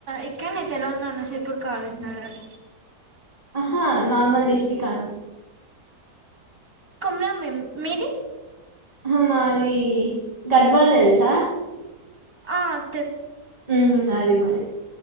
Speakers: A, on the right; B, on the right.
A: ఇక్కన్నే తెలంగాణ సేపూర్ కాగజ్ నగర్.
B: అహా నార్మల్ డిస్టక్ అను.
A: కొమరంభీం మీది.
B: ఆహ్ మాది గద్వాల్ తెల్సా.
A: ఆహ్.
B: ఆహ్ అది మా.